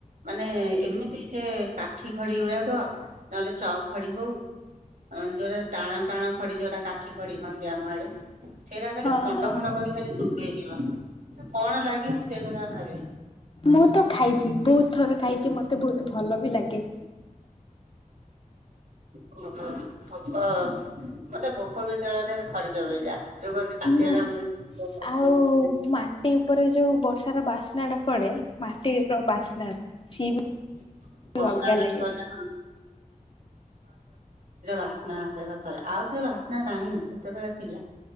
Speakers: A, on the right; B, on the left.
A: ମାନେ ଏମିତି ସେ କାଠି ଖଡି ଗୁଡାକ ନହେଲେ ଚ ଖଡି ହଉ। <unintelligible> ଟାଣ ଟାଣ ଖଡି ଯୋଉଟା କାଠି ଖଡି କହନ୍ତି ଆମ ଆଡେ, ସେଇଟା ଖାଲି
B: ହଁ
A: ଖଣ୍ଡ
B: ହଁ।
A: ଖଣ୍ଡ କରି ଖାଲି ନେଇଯିବ, କଣ ଲାଗେ ମୁଁ ସେଇ କଥା ଭାବେ?
B: ମୁଁ ତ ଖାଇଚି, ବହୁତ ଥର ଖାଇଛି ମତେ ବହୁତ ଭଲ ବି ଲାଗେ।
A: <inaudible> ଭୋକ ମତେ ଭୋକ ବିକେଳରେ ଖଡିଚ ବା ଯୋଉ କହନ୍ତି ପ
B: ହୁଁ।
A: ତାଟିଆ କାମୁ ଗୌତମ <unintelligible>
B: ଆଉ
A: ନାଇଁ।
B: ମାଟି ଉପରେ ଯୋଉ ବର୍ଷାର ବାସ୍ନା ଟା ପଡେ ମାଟିର ବାସ୍ନା ଟା ସିଏ ବି
A: <unintelligible> ଫ
B: ଅଲଗା
A: ଗୋଟେ
B: ଲାଗେ।
A: ମାଟିର ବାସ୍ନା ଆସେ ସତରେ ଆଉ ସେ ବାସ୍ନା ନାହିଁ, ସେତେବେଳେ ଥିଲା।